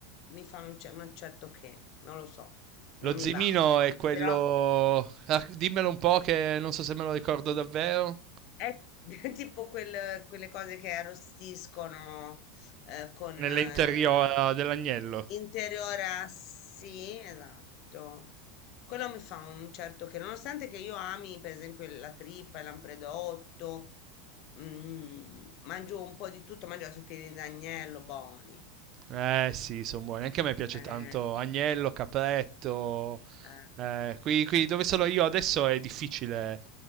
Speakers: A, on the left; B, on the right.
A: mi fa un, ce- un certo che, non lo so,
B: Lo
A: non mi
B: zimino
A: va.
B: è quello...
A: Però
B: ah, dimmelo un po' che non so se me lo ricordo davvero.
A: È <laughs> tipo quel- quelle cose che arrostiscono eh, con
B: Nell'interiola
A: eh,
B: dell'agnello.
A: interiora, sì, esatto. Quello mi fa un certo che, nonostante che io ami, per esempio, la trippa, il lampredotto, mm, mangio un po' di tutto, mangio anche i piedi d'agnello, buoni.
B: Eh sì, sono buoni. Anche a me piace
A: Eh,
B: tanto agnello, capretto,
A: eh.
B: Eh, qui, qui dove sono io adesso è difficile